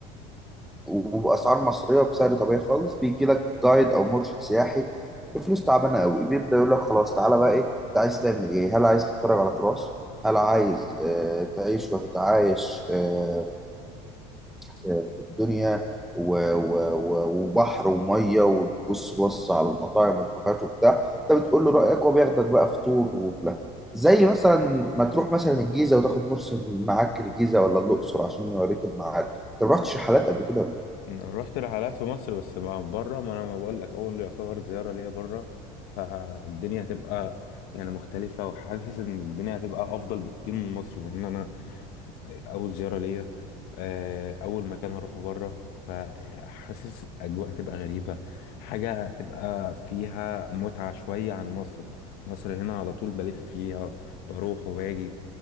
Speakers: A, in the centre; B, on the left.
A: وباسعار مصريه وبسعر طبيعي خالص بيجي لك جايد او مرشد سياحي بفلوس تعبانه قوي بيبدا يقول لك خلاص تعالى بقى ايه انت عايز تعمل ايه هل عايز تتفرج على تراث هل عايز آه تعيش وتتعايش آه في, في الدنيا و و و وبحر وميه وتبص بص على المطاعم والكافيهات وبتاع انت بتقول له رايك وبياخدك بقى في تور وفي لفه زي مثلا ما تروح مثلا الجيزه وتاخد مرشد معاك الجيزه ولا الاقصر عشان يوريك المعارف انت ما رحتش رحلات قبل كده
B: رحت رحلات في مصر بس ما بره ما انا ما بقول لك اول يعتبر زياره ليا بره فالدنيا هتبقى يعني مختلفه وحاسس ان الدنيا هتبقى افضل بكتير من مصر لان انا اول زياره ليا آه، اول مكان اروحه بره فحاسس اجواء تبقى غريبه حاجه تبقى فيها متعه شويه عن مصر مصر هنا على طول بلف فيها بروح وباجي